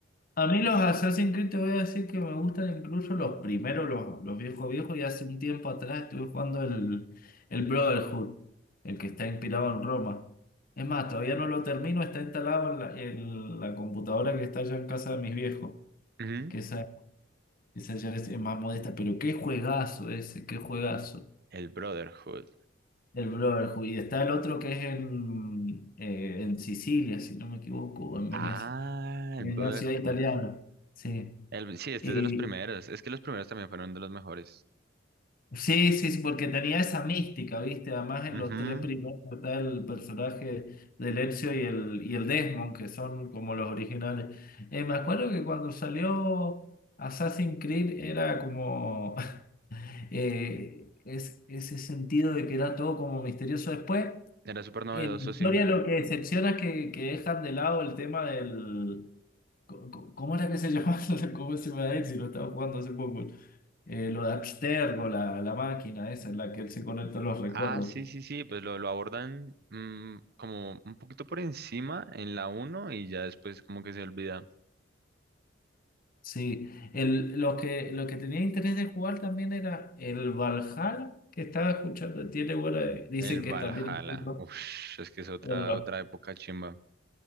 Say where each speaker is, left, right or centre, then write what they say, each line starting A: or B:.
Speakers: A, on the left; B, on the right.
A: A mí los Assassin's Creed te voy a decir que me gustan incluso los primeros, los, los viejos viejos, y hace un tiempo atrás estuve jugando el, el Brotherhood, el que está inspirado en Roma. Es más, todavía no lo termino, está instalado en la, en la computadora que está allá en casa de mis viejos,
B: Ujú.
A: que esa, esa ya es más modesta, pero qué juegazo ese, qué juegazo,
B: El Brotherhood.
A: el Brotherhood. Y está el otro que es en, eh, en Sicilia, si no me equivoco, o en
B: Ah,
A: Venecia, en
B: el Brotherhood.
A: una ciudad italiana. Sí.
B: El- sí, este
A: Y,
B: es de los primeros. Es que los primeros también fueron de los mejores.
A: Sí, sí, sí, porque tenía esa mística, ¿viste? Además en
B: Ujú.
A: los tres primeros está el personaje de Ezio y el, y el Desmond, que son como los originales. Eh, me acuerdo que cuando salió Assassin's Creed era como <laughs> eh, es, ese sentido de que era todo como misterioso. Después
B: Era súper novedoso,
A: en historia
B: sí.
A: lo que decepciona es que, que dejan de lado el tema del... co- co- ¿Cómo era que se llamaba? <laughs> ¿Cómo se llama él si lo estaba jugando hace poco? Eh, lo de Abstergo, la, la máquina esa en la que él se conecta a los recuerdos.
B: Ah, sí, sí, sí. Pues lo, lo abordan mm, como un poquito por encima en la uno y ya después como que se olvida.
A: Sí, el, lo que, lo que tenía interés de jugar también era el Valhalla, que estaba escuchando. Tiene buena, dicen
B: El Valhalla.
A: que también es muy
B: Uf, es que es otra,
A: bueno.
B: otra época chimba.